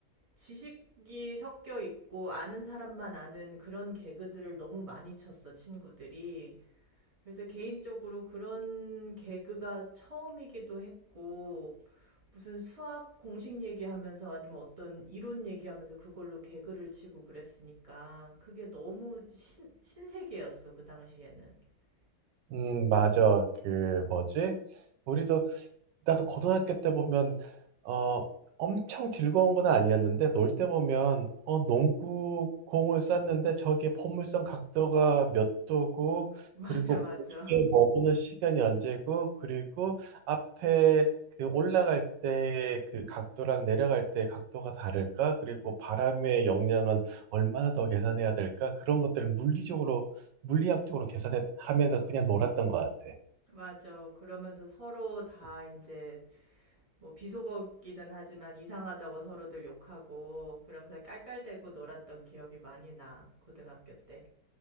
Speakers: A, on the right; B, on the right.
A: 지식이 섞여 있고 아는 사람만 아는 그런 개그들을 너무 많이 쳤어, 친구들이. 그래서 개인적으로 그런 개그가 처음이기도 했고, 무슨 수학 공식 얘기하면서 아니면 어떤 이론 얘기하면서 그걸로 개그를 치고 그랬으니까 그게 너무 신, 신세계였어, 그 당시에는. <laughs>
B: 음, 맞아. 그, 뭐지? 우리도 나도 고등학교 때 보면, 어, 엄청 즐거운 건 아니었는데, 놀 때 보면, 어, 농구 공을 쐈는데, 저게 포물선 각도가 몇 도고,
A: 맞아,
B: 그리고
A: 맞아.
B: 공중에 머무는 시간이 언제고, 그리고 앞에 그 올라갈 때 그 각도랑 내려갈 때 각도가 다를까? 그리고 바람의 영향은 얼마나 더 계산해야 될까? 그런 것들을 물리적으로, 물리학적으로 계산하면서 그냥 놀았던 것 같아.
A: <laughs> 맞아. 그러면서 서로 다 이제 뭐 비속어기는 하지만 이상하다고 서로들 욕하고 그러면서 깔깔대고 놀았던 기억이 많이 나, 고등학교 때.